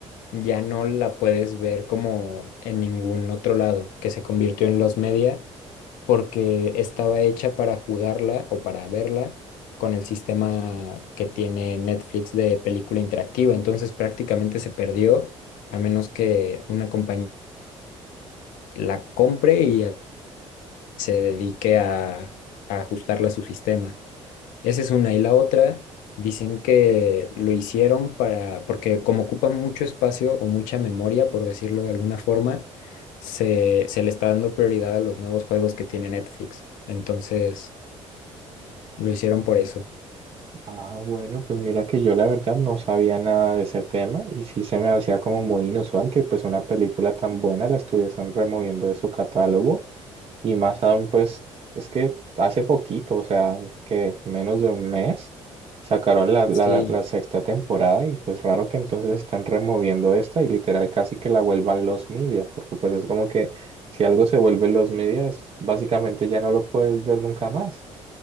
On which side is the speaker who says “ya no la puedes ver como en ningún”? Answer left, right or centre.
Left